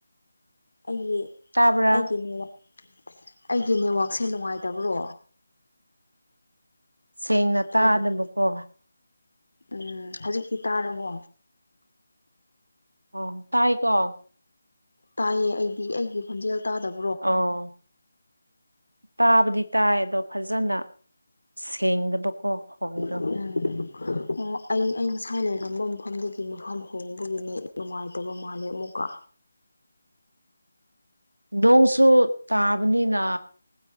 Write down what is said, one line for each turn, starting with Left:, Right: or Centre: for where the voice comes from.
Left: ꯑꯩꯒꯤ
Right: ꯇꯥꯕ꯭ꯔꯥ
Left: ꯑꯩꯒꯤ ꯅꯦꯠꯋꯥꯛ ꯑꯩꯒꯤ ꯅꯦꯠꯋꯥꯛꯁꯦ ꯅꯨꯡꯉꯥꯏꯇꯕ꯭ꯔꯣ
Right: ꯁꯦꯡꯅ ꯇꯥꯗꯅꯕꯀꯣ
Left: ꯇꯥꯗꯕ ꯎꯝ ꯍꯧꯖꯤꯛꯇꯤ ꯇꯥꯔꯕꯣ
Right: ꯑꯣ ꯇꯥꯏꯀꯣ
Left: ꯇꯥꯏꯌꯦ ꯑꯩꯗꯤ ꯑꯩꯒꯤ ꯈꯣꯟꯖꯦꯜ ꯇꯥꯗꯕ
Right: ꯑꯣ ꯇꯥꯕꯨꯗꯤ ꯇꯥꯏ ꯑꯗꯣ ꯐꯖꯅ ꯁꯦꯡꯗꯕꯀꯣꯈꯣꯡꯗ
Left: ꯎꯝ ꯑꯣ ꯑꯩ ꯑꯩ ꯉꯁꯥꯏ ꯂꯩꯔꯝꯕ ꯃꯐꯝꯗꯒꯤ ꯃꯐꯝ ꯍꯣꯡꯕꯒꯤꯅꯤ ꯅꯨꯡꯉꯥꯏꯇꯕ ꯃꯥꯜꯂꯦ ꯑꯃꯨꯛꯀ
Right: ꯅꯣꯡꯁꯨ ꯇꯥꯕꯅꯤꯅ